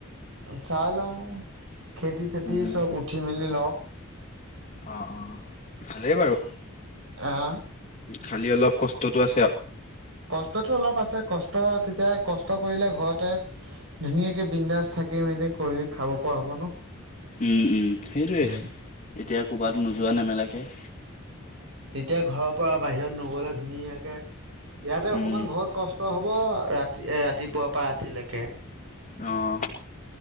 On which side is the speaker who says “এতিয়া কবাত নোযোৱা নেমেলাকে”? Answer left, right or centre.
Left